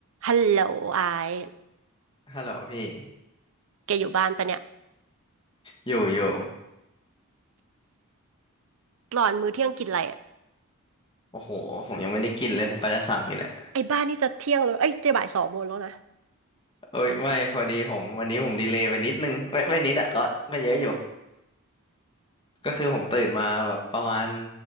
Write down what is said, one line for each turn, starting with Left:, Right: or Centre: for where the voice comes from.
Right: ฮัลโหลไอาย
Left: ฮัลโหลพี่
Right: แกอยู่บ้านปะเนี่ย
Left: อยู่อยู่
Right: ตอนมื้อเที่ยงกินอะไรอะ
Left: โอ้โหผมยังไม่ได้กินเลยผมก็จะสั่งอยู่เนี่ย
Right: ไอ้บ้านนี่จะเที่ยงเลย เอ้ยจะบ่ายสองโมงแล้วนะ
Left: เอ้ยไม่พอดีผมวันนี้ผมดีเลย์ไปนิดนึงไม่ไม่นิดอะก็ก็เยอะอยู่ก็คือผมตื่นมาแบบประมาณ